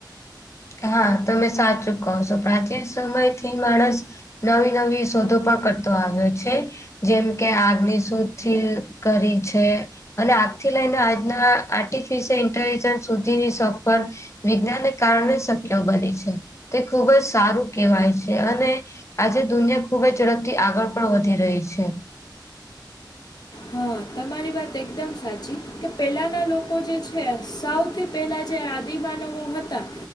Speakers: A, on the left; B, on the left.
A: હા તમે સાચું કહો છો પ્રાચીન સમય થી માણસ નવી નવી શોધો પણ કરતો આવ્યો છે. જેમ કે આગની શોધય કરી છે. અને આગથી લઈને આજના આર્ટિફિશયલ ઇન્ટેલિજન્સ સુધીની સફર વિજ્ઞાનને કારણે શક્ય બને છે તે ખૂબ જ સારું કહેવાય છે અને આજે દુનિયા ખુબ જ ઝડપથી આગળ પણ વધી રહી છે.
B: હા તમારી વાત એકદમ સાચી કે પેલાના લોકો જે છે સાવથી પેલા જે આદિમાનવો હતા